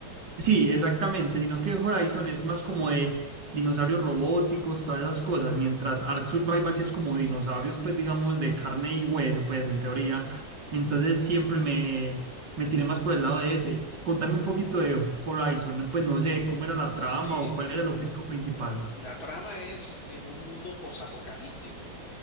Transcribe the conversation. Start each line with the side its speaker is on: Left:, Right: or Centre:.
Right: Sí, exactamente, sino que Horizon es más como de dinosaurios robóticos, todas esas cosas, mientras Ark Survival sí es como dinosaurios, pues digamos, de carne y hueso, pues en teoría. Entonces siempre me, me tiré más por el lado de ese. Contame un poquito de Horizon, pues no sé cómo era la
Left: Sí,
Right: trama o cuál era el objetivo principal.
Left: la trama es en un mundo posapocalíptico,